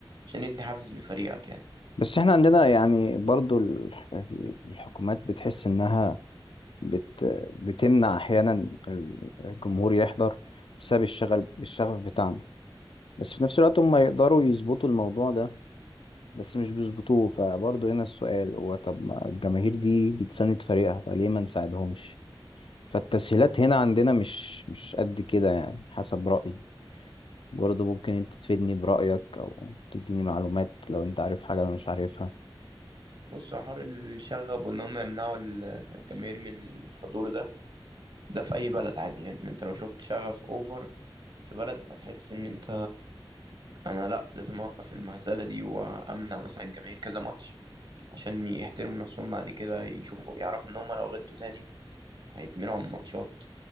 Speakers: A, on the right; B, on the left.
A: عشان يدي حافز لفريقك يعني
B: بس احنا عندنا يعني برضه ال- ال- الحكومات بتحس إنها بت بتمنع احيانا ال- الجمهور يحضر بسبب الشغل الشغف بتاعنا بس في نفس الوقت هم يقدروا يظبطوا الموضوع ده بس مش بيظبطوه فبرضه هنا السؤال هو طب ما الجماهير دي بتساند فريقها فليه ما نساعدهمش فالتسهيلات هنا عندنا مش مش قد كده يعني حسب رأيي برضه ممكن انت تفيدني برأيك او تديني معلومات لو انت عارف حاجة انا مش عارفها
A: بص حوار الشغب وان هم يمنعوا الجماهير من الحضور ده ده في اي بلد عادي يعني انت لو شفت شغف اوفر في بلد هتحس ان انت انا لا لازم اوقف المهزلة دي وامنع مثلا الجماهير كذا ماتش عشان يحترموا نفسهم بعد كده يشوفوا يعرفوا ان هم لو غلطوا تاني هيتمنعوا من ماتشات